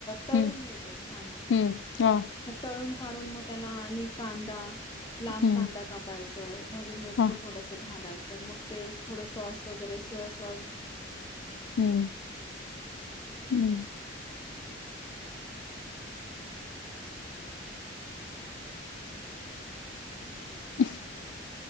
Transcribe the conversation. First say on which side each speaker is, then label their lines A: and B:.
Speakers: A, on the left; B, on the left.
A: तळून
B: हं,
A: घ्यायचं छान
B: हं. हां,
A: मग तळून काढून मग त्याला आणि कांदा लांब
B: हं,
A: कांदा कापायचं ढबू मिरची
B: हां,
A: थोडस घालायच मग ते थोडं सॉस वगैरे सोया सॉस
B: हम्म हम्म <inaudible>